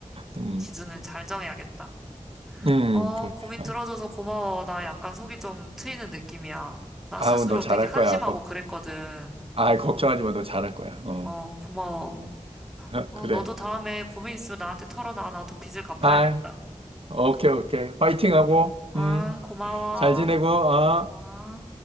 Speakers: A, on the right (about 50°); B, in the centre.
A: 음.
B: 기준을 잘 정해야겠다.
A: 음,
B: 어,
A: 그래.
B: 고민
A: 아이,
B: 들어줘서 고마워. 나 약간 속이 좀 트이는 느낌이야. 나
A: 아우,
B: 스스로
A: 너 잘할
B: 되게 한심하고
A: 거야. 걱,
B: 그랬거든.
A: 아, 걱정하지 마. 너 잘할 거야. 어.
B: 어, 고마워.
A: <laughs>
B: 어,
A: 그래.
B: 너도 다음에 고민 있으면 나한테 털어놔. 나도 빚을 갚아야겠다.
A: 아, 오케이, 오케이. 화이팅 하고,
B: 응,
A: 음,
B: 고마워.
A: 잘 지내고, 어.
B: 어.